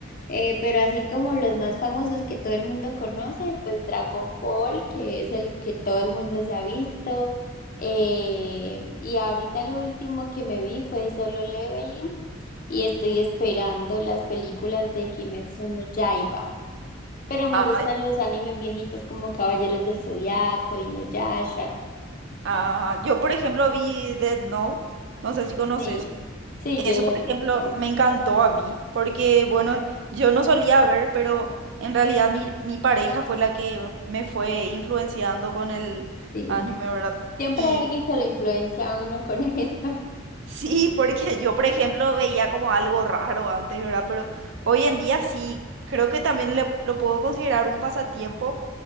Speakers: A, on the left; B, on the right.
A: Eh, pero así como los más famosos que todo el mundo conoce, pues Dragon Ball, que es el que todo el mundo se ha visto. Eh, y ahorita el último que me vi fue Solo Leveling y estoy esperando las películas de Kimetsu no Yaiba. Pero me
B: Ah,
A: gustan los animes viejitos como Caballeros del Zodiaco, Inuyasha.
B: ah, yo, por ejemplo, vi Dead Note, no sé si conoces.
A: Sí, sí,
B: Eso,
A: yo lo
B: por
A: he
B: ejemplo,
A: visto también.
B: me encantó a mí, porque, bueno, yo no solía ver, pero en realidad mi, mi pareja fue la que me fue influenciando con el
A: Sí.
B: anime, ¿verdad?
A: Siempre
B: Y
A: hay alguien que lo influencia a uno con <laughs> eso.
B: Sí, porque yo, por ejemplo, veía como algo raro antes, ¿verdad? Pero hoy en día sí, creo que también le- lo puedo considerar un pasatiempo,